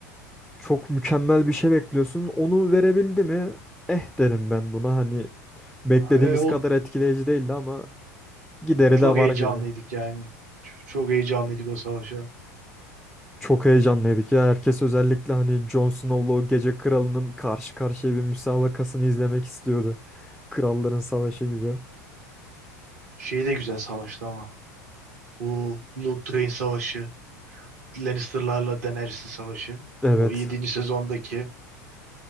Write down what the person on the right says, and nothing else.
e, o
çok
heyecanlıydık
yani. Ç- Çok heyecanlıydık o savaşa.
Şey de güzel savaştı ama. Bu Blood Train Savaşı. Lannister'larla Daenerys'in savaşı.
O yedinci sezondaki